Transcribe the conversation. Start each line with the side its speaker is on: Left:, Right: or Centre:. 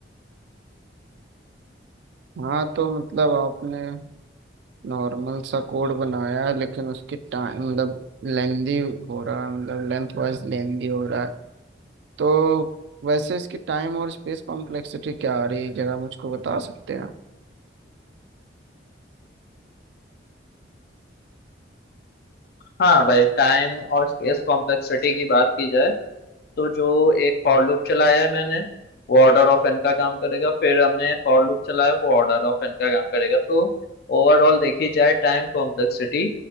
Right: हाँ तो मतलब आपने नॉर्मल सा कोड बनाया है लेकिन उसकी टाइम मतलब लेंदी हो रहा है मतलब लेंथ वाइज लेंदी हो रहा है तो वैसे इसकी टाइम और स्पेस कॉम्प्लेक्सिटी क्या आ रही है जरा मुझको बता सकते हैं आप?
Left: हाँ भाई टाइम और स्पेस कॉम्प्लेक्सिटी की बात की जाए तो जो एक फॉर लूप चलाया है मैंने वो ऑर्डर ऑफ एन का काम करेगा फिर हमने फॉर लूप चलाया वो ऑर्डर ऑफ एन का काम करेगा तो ओवरऑल देखी जाए टाइम कॉम्प्लेक्सिटी